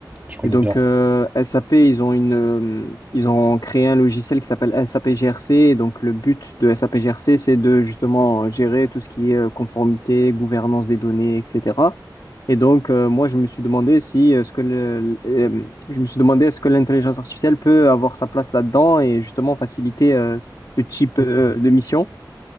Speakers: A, on the right; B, on the left.
A: Je connais
B: Et donc,
A: bien.
B: euh, SAP, ils ont une, euh, ils ont créé un logiciel qui s'appelle SAP GRC. Et donc, le but de SAP GRC, c'est de justement gérer tout ce qui est euh, conformité, gouvernance des données, etc. Et donc, euh, moi, je me suis demandé si, euh, ce que le, euh, je me suis demandé est-ce que l'intelligence artificielle peut avoir sa place là-dedans et justement faciliter euh, ce type euh, de mission.